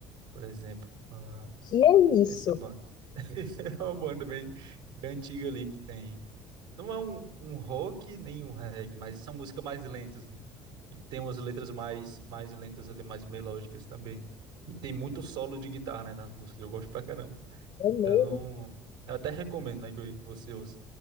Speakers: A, on the right (about 85°); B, on the left (about 60°).
A: Por exemplo, Ah,
B: Que é isso?
A: essa banda. <laughs> É uma banda bem, bem antiga ali que tem. Não é um, um rock nem um reggae, mas são músicas mais lentas, né? E tem umas letras mais, mais lentas ali, mais melódicas também. E tem muito solo de guitarra, né, nas músicas. Eu gosto pra caramba.
B: É
A: Então,
B: mesmo?
A: eu até recomendo, né, que que você ouça.